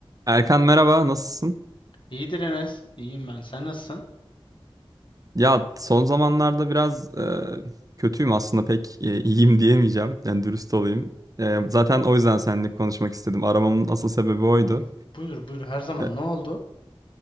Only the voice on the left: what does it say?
İyidir Enes. İyiyim ben. Sen nasılsın?
Hmm, Buyur buyur her zaman.
Ne oldu?